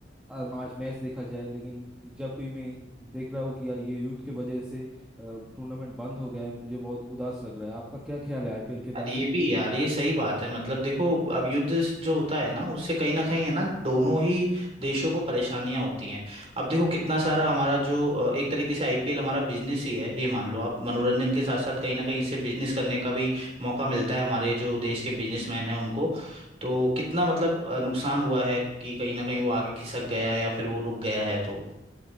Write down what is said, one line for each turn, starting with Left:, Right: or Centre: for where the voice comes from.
Centre: अम, आज मैच देखा जाए लेकिन जब भी मैं देख रहा हूँ कि यार ये युद्ध की वजह से टूर्नामेंट बंद हो गया है मुझे बहुत उदास लग रहा है आपका क्या ख्याल है आईपीएल के
Right: यार
Centre: बारे
Right: ये
Centre: में
Right: भी यार ये सही बात है मतलब देखो अब युद्ध जो होता है ना उससे कहीं ना कहीं है ना दोनों ही देशों को परेशानियां होती हैं अब देखो कितना सारा हमारा जो अ, एक तरीके से आईपीएल हमारा बिजनेस ही है ये मान लो आप मनोरंजन के साथ साथ कहीं ना कहीं इससे बिजनेस करने का भी मौका मिलता है हमारे जो देश के बिजनेसमैन हैं उनको तो कितना मतलब अ, नुकसान हुआ है कि कहीं ना कहीं वो आगे खिसक गया या फिर वो रुक गया है तो